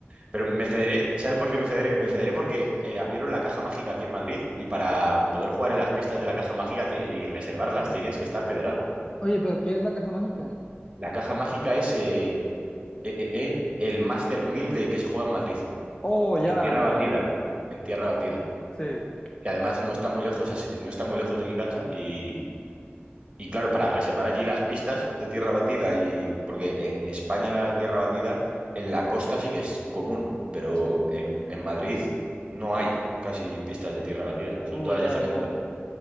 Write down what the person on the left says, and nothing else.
Oye, pero ¿qué es la caja mágica?
Oh, ya,
ya.
Sí,
sí.
Uh,
ya,
ya.